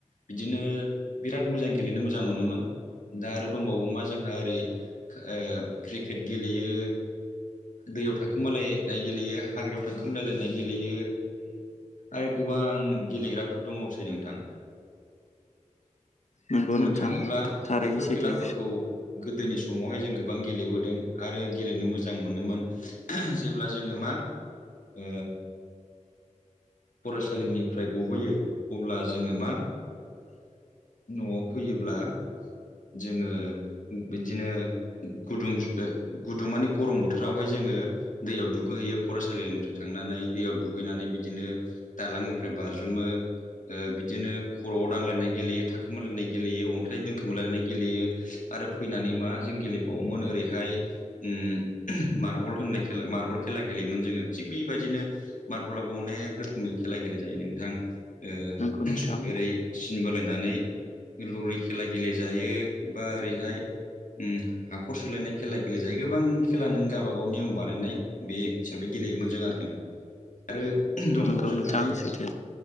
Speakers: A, on the left; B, on the left.
A: बिदिनो बिराद मोजां गेलेनो मोजां मोनोमोन दा आरो दंबावो मा जोंहा ओरै ओ क्रिकेट गेलेयो दैयाव थाखोमालायनाय गेलेयो हाग्रायाव थाखोमालायनाय गेलेयो आरो गोबां गेलेग्राफोर दङोसै नोंथां
B: नंगौ
A: बुंनो
B: नोंथां
A: थाङोब्ला
B: थारैनो
A: बेफोर
B: सैथो
A: खेलाफोरखौ गोदोनि समावहाय जों गोबां गेलेबोदों आरो गेलेनो मोजां मोनोमोन जेब्ला जोङो मा ओ फरायसालिनिफ्राय गबोयो अब्ला जोङो मा न'आव फैयोब्ला जोङो बिदिनो गुदुं गुदुं माने गरम बोथोरावहाय जोङो दैयाव दुगैहैयो फरायसालिनिफ्राय थांनानै दैयाव दुगैनानै बिदिनो दालांनिफ्राय बारजुमो ओ बिदिनो खर'आव दांलायनाय गेलेयो थाखोमा लायनाय गेलेयो अन्थाइ दोनखोमा लायनाय गेलेयो आरो फैनानै मा जों गेले औमोन ओरैहाय ओम मार्बल होननाय खे मार्बल खेला गेलेयोमोन जोङो थिग बेबायदिनो मार्बलाबो अनेक रोखोमै खेला गेले जायो नोंथां ओ
B: नंगौ नोंथां
A: ओरै सिन बोलायनानै लुरि खेला गेलेजायो बा ओरैहाय ओम हाखर सोलायनाय खेला गेले जायो गोबां खेला नों गावबागाव नियम बानायनाय बे हिसाबै गेलेयोमोन जों आरोखि आरो दंबावो
B: नंगौ
A: जोंहा
B: नोंथां
A: नै
B: सैथो